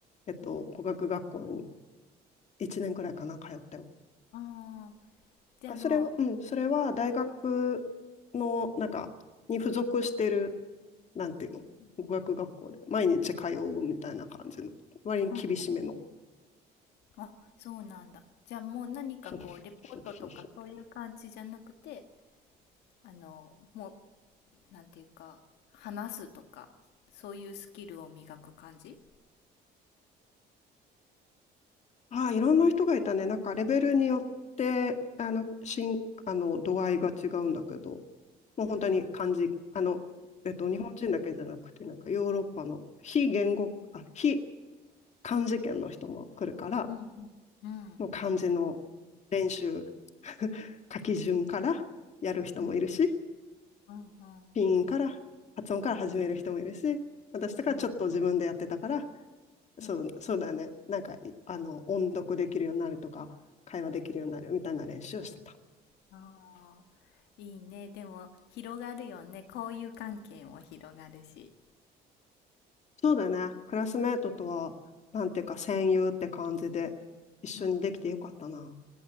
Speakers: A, on the left; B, on the left.
A: えっと、
B: うん
A: 語学学校に1年くらいかな、通ったよ。
B: ああ、じゃあも
A: それは、うん、それは大学の、なんか、に付属してる、なんていうの、
B: う、
A: 語学学校で、毎日通うみたいな感じの、割に厳しめの。
B: うんあ、そうなんだ。じゃあもう何かこう、
A: そうそうそうそう。
B: レポートとかそういう感じじゃなくて、あの、もう、なんていうか、話すとか、そういうスキルを磨く感じ
A: ああ、いろんな人がいたね。なんかレベルによって、あの、しん、あの、度合いが違うんだけど、もう本当に漢字、
B: うん。
A: あの、えっと、日本人だけじゃなくて、なんかヨーロッパの非言語、あ、非漢字圏の人も来るから、
B: うんうん。うん。
A: もう漢字の練習、<laughs> 書き順からやる人もいるし、
B: うん。うん。うん。
A: ピンから、発音から始める人もいるし、私とかちょっと自分でやってたから、
B: うん。うん。
A: そう、そうだね。なんか、いあの、音読できるようになるとか、会話できるようになるみたいな練習をしてた。
B: ああ、いいね。でも、広がるよね。交友関係も広がるし。
A: そうだね。クラスメートとは、なんていうか、戦友って感じで、一緒にできてよかったな。
B: うん。